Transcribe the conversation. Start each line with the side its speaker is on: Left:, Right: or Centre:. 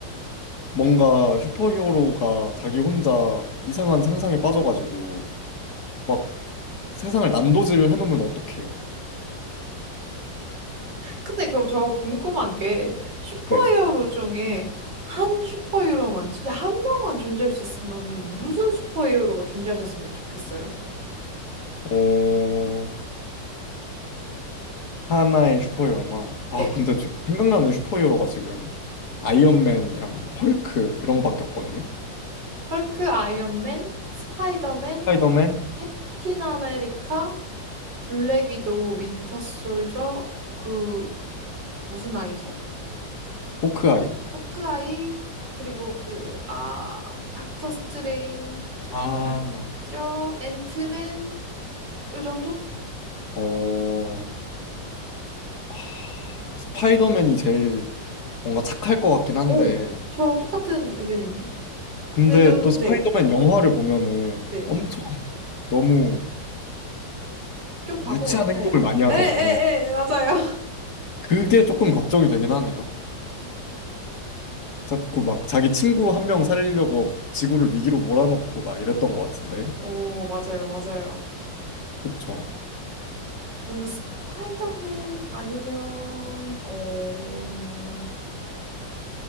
Left: 뭔가 슈퍼히어로가 자기 혼자 이상한 상상에 빠져가지고 막 세상을 난도질을 해놓으면 어떡해요?
Right: 근데 그럼 저 궁금한 게 슈퍼히어로
Left: 네.
Right: 중에 한 슈퍼히어로만 진짜 한 명만 존재할 수 있으면은 무슨 슈퍼히어로가 존재하셨으면 좋겠어요?
Left: 어, 하나의 슈퍼히어로만. 아,
Right: 네.
Left: 근데 저 생각나는 슈퍼히어로가 지금 아이언맨이랑 뭐 헐크 이런 거밖에 없거든요.
Right: 헐크, 아이언맨, 스파이더맨,
Left: 스파이더맨?
Right: 캡틴 아메리카, 블랙 위도우, 윈터 솔저, 그 무슨 아이죠?
Left: 호크아이.
Right: 호크아이, 그리고 그 아, 닥터 스트레인지,
Left: 아,
Right: 닥터 앤트맨 요 정도?
Left: 어, 아, 스파이더맨이 제일 뭔가 착할 것 같긴 한데,
Right: 오, 저랑 똑같은 의견이네요.
Left: 근데
Right: 네, 또,
Left: 또 스파이더맨
Right: 네,
Left: 영화를 보면은
Right: 네.
Left: 엄청 너무
Right: 좀 바보
Left: 유치한
Right: 같아요.
Left: 행동을 많이 하잖아요.
Right: 에, 에, 에, 맞아요.
Left: 그게 조금 걱정이 되긴 하네요.
Right: <laughs> 음.
Left: 자꾸 막 자기 친구 한 명 살리려고 지구를 위기로 몰아넣고 막 이랬던 것 같은데.
Right: 오, 맞아요, 맞아요.
Left: 그쵸.
Right: 저는 스파이더맨 아니면, 어,